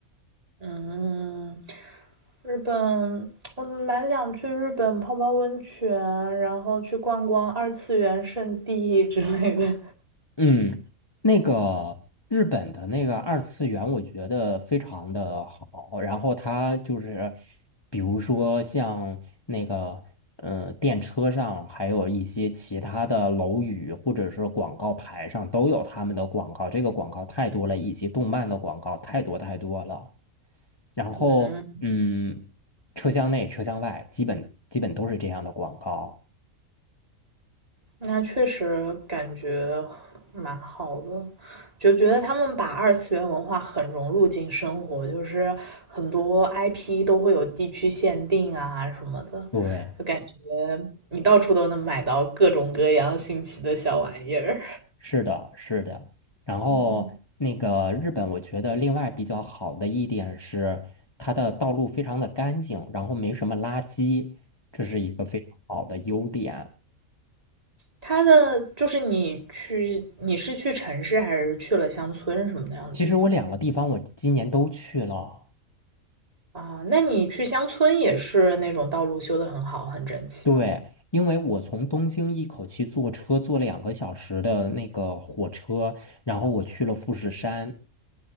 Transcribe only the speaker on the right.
嗯，日本，我蛮想去日本泡泡温泉，然后去逛逛二次元圣地 <laughs> 之类的。
嗯，
那确实感觉蛮好的，就觉得他们把二次元文化很融入进生活，就是很多 IP 都会有地区限定啊什么的，
就感觉你到处都能买到各种各样新奇的小玩意儿。
嗯，
它的就是你去，你是去城市还是去了乡村什么那样的地方
啊？那你去乡村也是那种道路修的很好，很整齐吗？